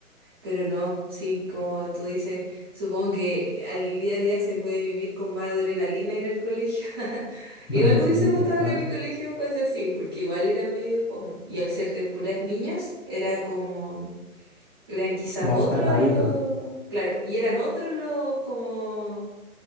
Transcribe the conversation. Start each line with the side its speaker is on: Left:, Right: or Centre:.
Right: pero no, sí, como tú dices, supongo que al día a día se puede vivir con más adrenalina ir al colegio. <laughs>
Left: <laughs>
Right: Igual me
Left: Sí,
Right: hubiese gustado
Left: tal cual.
Right: que mi colegio fuese así, porque igual era medio fome. Y al ser de puras niñas, era como Eran quizás
Left: Más
Right: otros
Left: calmadito.
Right: los, claro, y eran otros los como